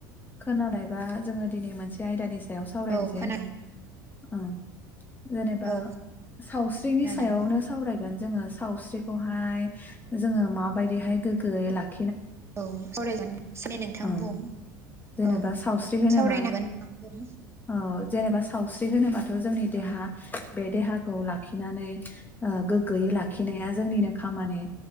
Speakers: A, on the left; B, on the right.
A: खोनाबायबा जोङो दिनै मोनसे जाय आयदानि सा सायाव सावरायनोसै।
B: औ खोनादों
A: ओं। जेनेबा
B: औ
A: सावस्रिनि
B: खोनादों
A: सायावनो सावरायगोन। जोङो सावस्रिखौहाय जोङो माबायदिहाय गोगो गै लाख <unintelligible>
B: औ सारायनोसैब्लालाय नोंथां
A: ओ
B: बुं
A: जेनेबा
B: औ
A: सावस्रि होनोबा
B: सावरायनो हागोन नोंथां बुं
A: औ जेनेबा सावस्रि होनोबा थ' जोंनि देहा
B: औ
A: बे देहाखौ लाखिनानै ओ गोग्गोयै लाखिनाया जोंनिनो खामानि